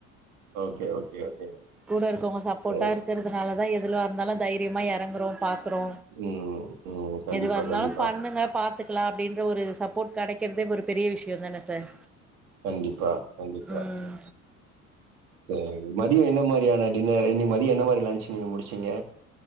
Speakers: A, on the right; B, in the centre.
A: ஓகே ஓகே ஓகே ஓகே
B: கூட இருக்கவங்க சப்போர்ட்டா
A: சரி.
B: இருக்கறதுனால அதா எதுலா இருந்தாலு தைரியமா எறங்கறோ பாக் றோ
A: ம், ம். கண்டிப்பா,
B: எதுவா இருந்தாலு
A: கண்டிப்பா.
B: பண்ணுங்க பாத்துக்லா அப்டின்ற ஒரு சப் போட் கெடைக்கறதே ஒரு பெரிய விஷயந்தான சார்
A: கண்டிப்பா கண்டிப்பா
B: ம்
A: சேரி மதிய என்ன மாரியா ன டின்னரு இன்னைக் மதிய என்ன மாரி லன்ச் நீங்க முடிச்சிங்க